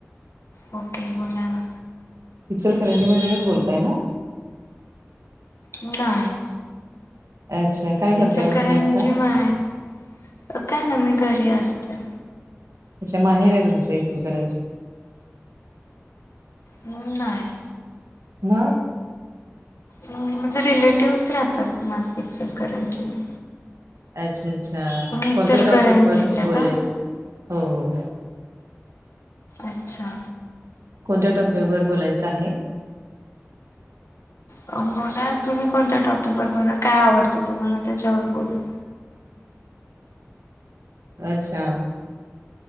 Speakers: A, on the left; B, on the right.
A: ओ. के. बोला ना.
B: इचलकरंजी मधूनच बोलताय ना?
A: नाय
B: अच्छा.. काय करताय
A: इचलकरांची
B: मग तुम्ही आता
A: माहित... काय नाही मी घरी असते.
B: अच्छा... माहेर आहे तुमच इचलकरंजीत?
A: हम्म.. नाय
B: मग?
A: म्हणजे रिलेटिव्हस राहतात, माझे इचलकरंजी मध्ये.
B: अच्छा.. अच्छा..
A: इचलकरंजीच्या
B: कोणत्या टॉपिक वर बोलाच?
A: का
B: हो.. हो.. हो
A: अच्छा..
B: कोणत्या टॉपिक वर बोलायचं आहे?
A: बोला.. तुम्ही कोणत्या टॉपिक वर बोला काय आवडतं तुम्हाला त्याच्यावर बोलू.
B: अच्छा..